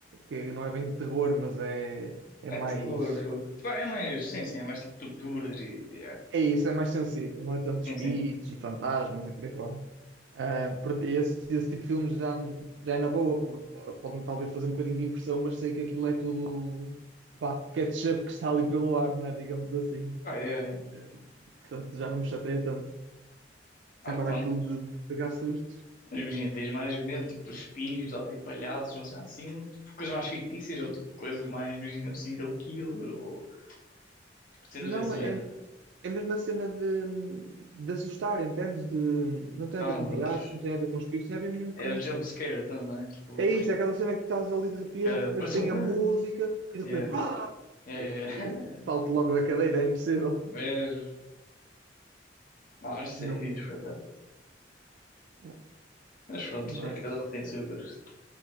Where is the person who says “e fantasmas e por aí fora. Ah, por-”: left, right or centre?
Right